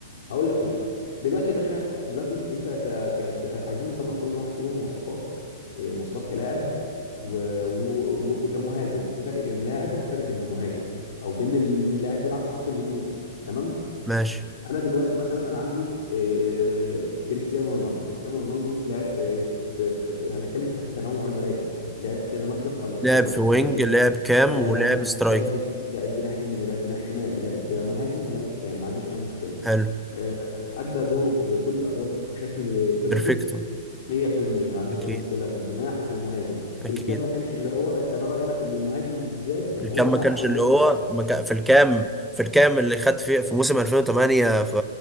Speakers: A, on the left; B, in the centre.
A: هقول لك ليه دلوقتي يا باشا آه، دلوقتي انت ك... ك... ك... عايزين نصنف كل واحد فيهم مواصفات آه، مواصفات كلاعب و... و... و... وكمهاجم في فرق بين لاعب وفرق بين المهاجم او بين اللاعب بيلعب في خط الهجوم تمام
B: ماشي
A: انا دلوقتي مثلا انا عندي آه، كريستيانو رونالدو كريستيانو رونالدو لعب في, في, في هنتكلم في حته تنوع المراكز لعب في كذا مركز اه لعب في
B: لعب
A: كذا مركز
B: في وينج
A: لعب جناح
B: لعب كام
A: لعب
B: ولعب
A: جناحي
B: سترايكر
A: لعب ج- لعب جناح يمين ولعب جناح شمال ولعب مهاجم ولعب كام ما عنديش اي مشكله
B: حلو
A: آه، ادى دوره في كل الادوار دي بشكل بيرفكت
B: بيرفكتو
A: 100% ما عنديش
B: اكيد
A: اي مشكله في الجناح وفي المهاجم
B: اكيد
A: في الكام ما كانش اللي هو بس انا رايي انا في المهاجم بالذات كان
B: الكام
A: هو
B: ما
A: احسن
B: كانش اللي
A: دور
B: هو
A: لعبه
B: ما كان في الكام في الكام اللي خد فيه في موسم 2008 في